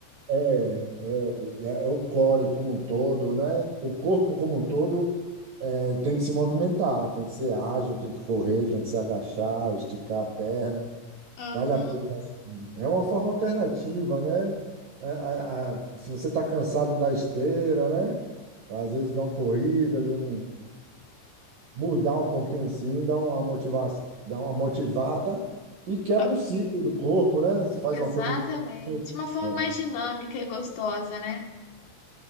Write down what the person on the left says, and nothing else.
Aham.
Ah,
Exatamente.
Uma forma
mais dinâmica e gostosa, né?